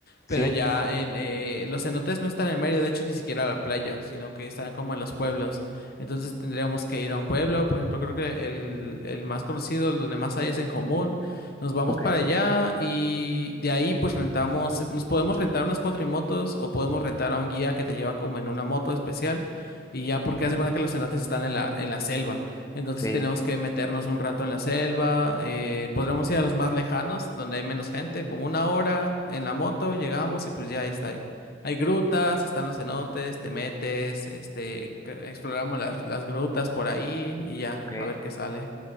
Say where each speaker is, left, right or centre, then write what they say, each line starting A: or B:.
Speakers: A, on the left; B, on the left.
A: pero
B: sí,
A: ya en, eh, los cenotes no están en Mérida, de hecho ni siquiera a la playa, sino que están como en los pueblos, entonces tendríamos que ir a un pueblo, por ejemplo, creo que el, el más conocido, el donde más hay es en Jomún, Nos vamos
B: ok,
A: para allá y de ahí pues rentamos, nos podemos rentar unas cuatrimotos o podemos rentar a un guía que te lleva como en una moto especial y ya porque haz de cuenta que los cenotes están en la, en la selva, entonces
B: sí,
A: tenemos que meternos un rato en la selva, eh, podríamos ir a los más lejanos donde hay menos gente, como una hora en la moto llegamos y pues ya ahí está ahí. Hay grutas, están los cenotes, te metes, este, que- exploramos las, las grutas por ahí y ya,
B: ok,
A: a ver qué sale.